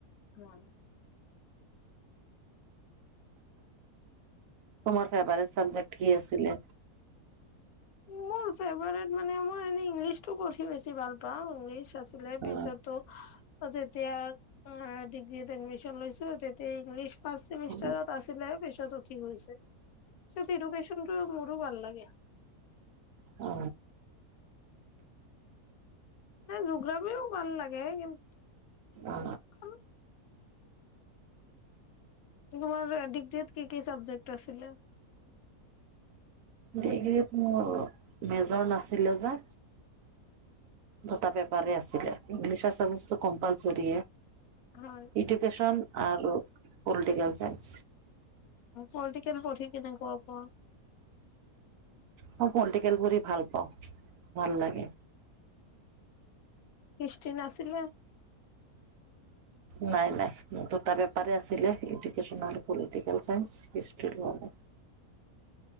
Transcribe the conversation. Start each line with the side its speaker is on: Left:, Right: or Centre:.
Left: অ
Right: তমোৰ ফেভাৰট চাবজেক্টি আছিলে
Left: মোৰ ফেভট মানে মই এনে ইংলিছটো পঢ়ি বেছি ভাল পাওঁ ইংলিছ আ পিছতোতিয়াি
Right: অ
Left: ছো তেয়া ইংলি ফাৰমষ্টাৰত
Right: অ
Left: আছিলে পেছতো ঠিক সটোোক্যনটো মোৰো ভাল লাগে
Right: অ
Left: নাই জোগ্ৰফিও ভাল লাগে কিন্তু
Right: অ
Left: তোমাৰ ডিগ্ৰি কি কি চাবজেক্ট আছিলে
Right: গতোৰ মেজৰ নাছিলে যে দুটা পেপাৰ আছিলে ইংলিছৰাৰ্টো কম্পালচৰি
Left: হয়
Right: ইডুকেশ্যন আৰু পলিটিকেল চাইন্স
Left: পলিটিকেল পঢ়ি কেনেকুৱা পোৱা
Right: মই পলিটিকেল পঢ় ভাল পাওঁ ভাল লাগে
Left: হৃষ্টি নাছিলে
Right: নাই নাই দুটা পেপাৰ আছিলে এডুকে্যন পলিটিকেল চাইস হিষ্ট লোৱা
Left: উ